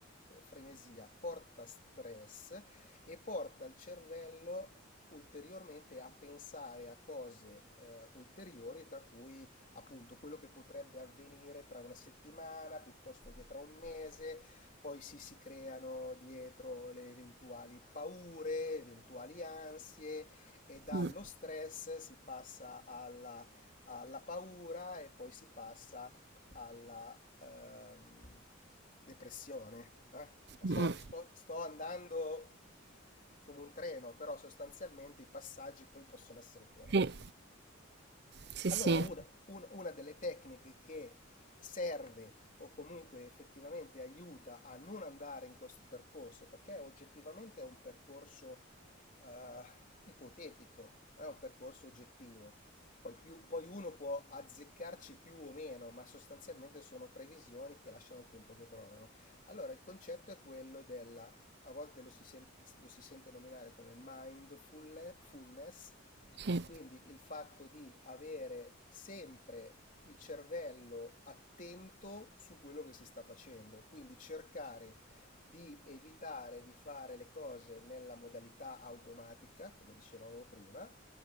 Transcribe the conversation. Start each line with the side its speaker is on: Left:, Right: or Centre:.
Left: eh, frenesia, porta stress e porta il cervello ulteriormente a pensare a cose eh, ulteriori, tra cui appunto quello che potrebbe avvenire tra una settimana piuttosto che tra un mese, poi si, si creano dietro le eventuali paure, eventuali ansie, e dallo
Right: Mm,
Left: stress si passa alla, alla paura e poi si passa alla ehm, depressione. eh. Lo so,
Right: mm, mm.
Left: sto, sto andando come un treno, però sostanzialmente i passaggi poi possono essere quelli.
Right: Sì, sì,
Left: Allora,
Right: sì,
Left: una, un- una delle tecniche che serve o comunque effettivamente aiuta a non andare in questo percorso, perché oggettivamente è un percorso eh, ipotetico, non è un percorso oggettivo. Poi, più- poi uno può azzeccarci più o meno, ma sostanzialmente sono previsioni che lasciano il tempo che trovano. Allora, il concetto è quello della a volte lo si, sen- lo si sente nominare come mindfulness,
Right: sì.
Left: quindi il fatto di avere sempre il cervello attento su quello che si sta facendo, quindi cercare di evitare di fare le cose nella modalità automatica, come dicevamo prima,